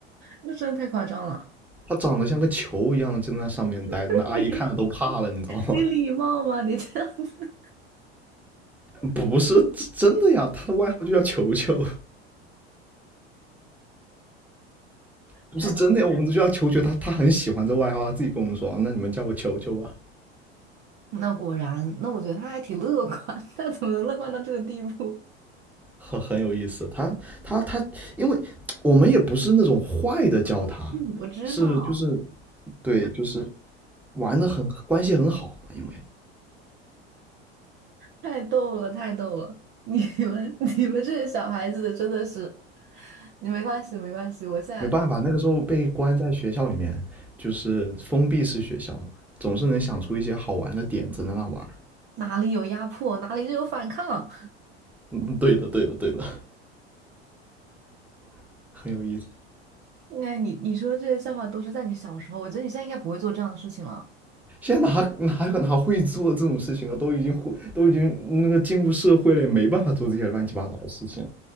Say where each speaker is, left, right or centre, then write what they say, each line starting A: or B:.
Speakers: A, on the right; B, in the centre.
A: 那真的太夸张了。
B: 他长得像个球一样，就在那上面待着，
A: <laughs>
B: 那阿姨看了都怕了，
A: 你
B: 你知道吗？
A: 你礼貌吗？你这样子
B: <laughs> 不是真的呀，他的外号就叫球球。不是真的，
A: 太……
B: 我们就叫球球，他他很喜欢这外号，他自己跟我们说，那你们叫我球球吧，
A: 那果然，那我觉得他还挺乐观，<laughs> 他怎么能乐观到这个地步？
B: 很很有意思。他他他，因为我们也不是那种坏的叫他，
A: 嗯，我知道。
B: 是就是对，就是玩的很关系很好嘛，因为
A: 太逗了，太逗了！你们 <laughs> 你们这些小孩子的真的是，你没关系没关系，我现在
B: 没办法，那个时候被关在学校里面，就是封闭式学校嘛，总是能想出一些好玩的点子在那玩儿
A: 哪里有压迫，哪里就有反抗。
B: 嗯，对的，对的，对的，<laughs> 很有意思。
A: 哎，你你说这些笑话都是在你小时候，我觉得你现在应该不会做这样的事情了，
B: 现在哪哪有哪会做这种事情啊？都已经会都已经那个进入社会了，也没办法做这些乱七八糟的事情。